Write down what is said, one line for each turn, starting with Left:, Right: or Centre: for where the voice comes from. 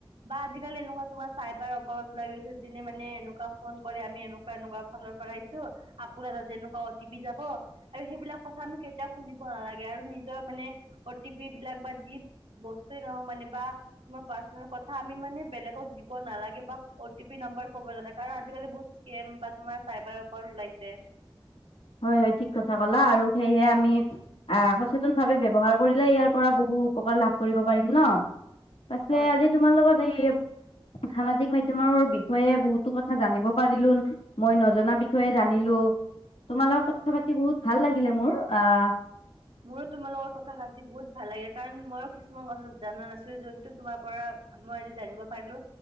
Right: বা আজিকালি এনেকুৱা তোমাৰ চাইবাৰ অপৰাধ ওলাই গৈছে যিনে মানে এনেকুৱা ফোন কৰে আমি এনো এনেকোৱা ফালৰ পৰা আহিছো আপোনাৰ তাতে এনেকুৱা অ টি পি যাব আৰু সেইবিলাক কথা আমি কেতিয়াও শুনিব নালাগে নিজৰ মানে অ টি পি বিলাক বা যি বস্ত নহওঁক মানে বা তোমাৰ পাছৰ্ডত কথা আমি মানে বেলেগক দিব নালাগে বা অ টি পি নাম্বাৰ ক'ব নালাগে কাৰণ আজিকালি বহুত কেম বা তোমাৰ চাইবাৰৰ ওপৰত ওলাইছে
Left: হয় হয় ঠিক কথা কলা আৰু সেয়হে আমি আহ সচেতন ভাৱে ব্যৱহাৰ কৰিলে ইয়াৰ পৰা বহুত উপকাৰ লাভ কৰিব পাৰিম ন পাছে
Right: হয়
Left: আজি তোমাৰ লগত এই সামাজিক মাধ্যমৰ বিষয়ে বহুতো কথা জানিব পাৰিলো মই নজনা বিষয়ে জানিলো তোমাৰ লগত কথা পাতি বহুত ভাল লাগিলে মোৰ আহ
Right: মোৰো তোমাৰ লগত কথা পাতি বহুত ভাল লাগিলে কাৰণ ময়ো কিছুমান কথা জাননা নাছিলো যোনটো তোমাৰ পৰা মই আজি জানিব পাৰিলো